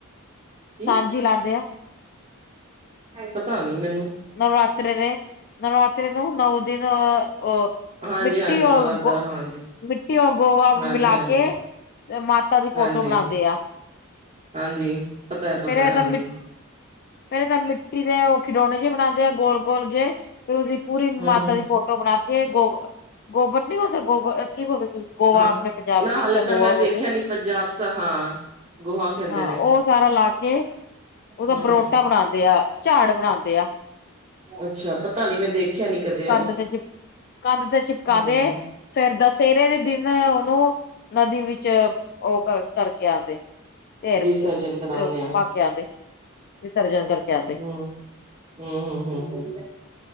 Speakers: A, on the right; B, on the left.
A: ਕੀ
B: ਸਾਂਝੀ ਲਾਂਦੇ ਆ।
A: ਪਤਾ ਨੀ ਮੈਨੂੰ।
B: ਨਵਰਾਤਰੇ ਦੇ, ਨਵਰਾਤਰੇ ਨੂੰ ਨੌ ਦਿਨ ਓਹ
A: ਹਾਂਜੀ
B: ਮਿੱਟੀ
A: ਹਾਂਜੀ
B: ਔਰ
A: ਵਰਦਾ
B: ਗੋ,
A: ਹਾਂਜੀ
B: ਮਿੱਟੀ ਔਰ ਗੋਵਾ
A: ਹਾਂਜੀ
B: ਮਿਲਾਕੇ
A: ਹਾਂਜੀ
B: ਤੇ ਮਾਤਾ ਦੀ ਫੋਟੋ
A: ਹਾਂਜੀ
B: ਬਣਾਂਦੇ ਆ।
A: ਹਾਂਜੀ, ਪਤਾ ਏ ਪਤਾ,
B: ਫੇਰ ਇਹਦਾ
A: ਹਾਂਜੀ।
B: ਮਿੱ ਪਹਿਲੇ ਤਾਂ ਮਿੱਟੀ ਦੇ ਉਹ ਖਿਡੌਣੇ ਜਿਹੇ ਬਣਾਂਦੇ ਆ, ਗੋਲ-ਗੋਲ ਜੇ। ਫਿਰ ਉਸਦੀ ਪੂਰੀ
A: ਹਮ
B: ਮਾਤਾ ਦੀ ਫੋਟੋ ਬਣਾਕੇ, ਗੋਬਰ, ਗੋਬਰ ਕੀ ਹੁੰਦਾ ਗੋਆ? ਕੀ ਬੋਲਦੇ ਤੁਸੀਂ? ਗੋਆ?
A: ਹਾਂ
B: ਆਪਣੇ ਪੰਜਾਬ
A: ਨਾ
B: ਵਿੱਚ
A: ਹਾਲੇ
B: ਤਾਂ ਗੋਆ
A: ਮੈਂ ਦੇਖਿਆ
B: ਬੋਲਦੇ।
A: ਨੀ ਪੰਜਾਬ ਸ ਹਾਂ ਗੋਹਾ ਕਹਿੰਦੇ
B: ਹਾਂ,
A: ਨੇ
B: ਉਹ ਸਾਰਾ ਲਾਕੇ ਉਹਦਾ
A: ਹੂੰ
B: ਬਰੋਟਾ
A: ਹੂੰ
B: ਬਣਾਂਦੇ ਆ। ਝਾੜ ਬਣਾਂਦੇ ਆ।
A: ਅੱਛਾ, ਪਤਾ ਨੀ ਮੈਂ ਦੇਖਿਆ ਨੀ ਕਦੇ ਉਹ
B: ਕੰਧ ਤੇ ਚਿਪ, ਕੰਧ ਤੇ ਚਿਪਕਾਦੇ,
A: ਹੂੰ
B: ਫੇਰ ਦਸਹਿਰੇ ਦੇ ਦਿਨ ਉਹਨੂੰ ਨਦੀ ਵਿੱਚ, ਉਹ ਕਰਕੇ ਆਂਦੇ। ਤੇੇਰ
A: ਵਿਸਰਜਨ
B: ਕੇ
A: ਕਰਾਨੇ ਆ
B: ਪਾਕੇ ਆਂਦੇ, ਵਿਸਰਜਨ ਕਰਕੇ ਆਂਦੇ।
A: ਹੂੰ ਹੂੰ, ਹੂੰ, ਹੂੰ, ਹ <unintelligible>